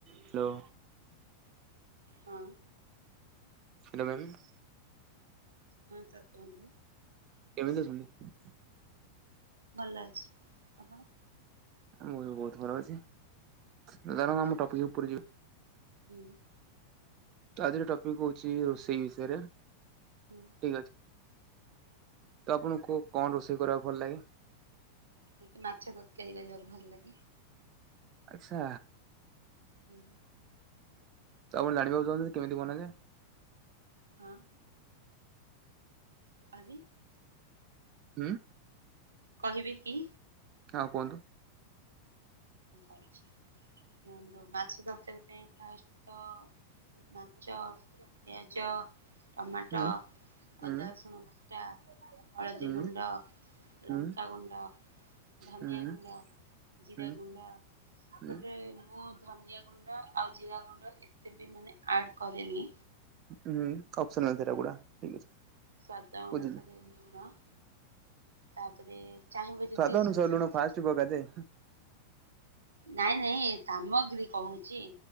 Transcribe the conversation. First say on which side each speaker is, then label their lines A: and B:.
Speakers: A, on the right (about 35°); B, on the right (about 70°).
A: Hello.
B: ହଁ।
A: Hello ma'am
B: ହଁ sir କୁହନ୍ତୁ।
A: କେମିତି ଅଛନ୍ତି?
B: ଭଲ ଅଛି। ଆପଣ?
A: ମୁଁ ବି ବହୁତ ଭଲ ଅଛି। ଚାଲୁନ
B: ଆଚ୍ଛା
A: ଆମ ଟପିକ ଉପରେ ଯିବା
B: ହୁଁ।
A: ତ ଆଜିର ଟପିକ ହଉଛି ରୋଷେଇ ବିଷୟରେ।
B: ହୁଁ।
A: ଠିକ୍ ଅଛି। ତ ଆପଣଙ୍କୁ କୋଉ କଣ ରୋଷେଇ କରିବାକୁ ଭଲ ଲାଗେ?
B: ମତେ ମାଛ ତରକାରୀ କରିବାକୁ ଭଲ ଲାଗେ।
A: ଆଚ୍ଛା,
B: ହୁଁ
A: ତ ଆପଣ ଜାଣିବାକୁ ଚାହୁଁଛନ୍ତି କେମିତି ବନାଯାଏ?
B: ହଁ <unintelligible>
A: ଉଁ
B: କହିବି କି?
A: ଆଉ କୁହନ୍ତୁ।
B: ଆଚ୍ଛା। ଏ ଯୋଉ ମାଛ ତରକାରୀ ପାଇଁ ଫାଷ୍ଟ ତ ମାଞ୍ଚ, ପିଆଜ, ଟମାଟ,
A: ହୁଁ ହୁଁ
B: ଅଦା ରସୁଣ ଅଦା, ହଳଦୀ
A: ହୁଁ
B: ଗୁଣ୍ଡ,
A: ହୁଁ
B: ଲଙ୍କାଗୁଣ୍ଡ, ଧନିଆ
A: ହୁଁ
B: ଗୁଣ୍ଡ
A: ହୁଁ
B: ହଦିଆ ଗୁଣ୍ଡ, ଏପଟରେ
A: ହୁଁ
B: ମୁଁ ଧନିଆ ଗୁଣ୍ଡ ଆଉ ଜିରା ଗୁଣ୍ଡ ଏତେ ବି ମାନେ ଆଡ଼ କରେନି।
A: ହୁଁ <unintelligible> ଠିକ ଅଛି।
B: ସ୍ୱାଦ ଅଣସରେ
A: ବୁଝିଲି।
B: ନୁଣ ତାପରେ। ଚାହିଁବ
A: ସ୍ୱାଦ
B: ଯଦି ସୋରିଷ
A: ଅନୁସାରେ ଲୁଣ
B: ତେଲ
A: ଫାଷ୍ଟ ପକାଯାଏ।
B: ନାଇଁ ନାଇଁ ସାମଗ୍ରୀ କହୁଛି,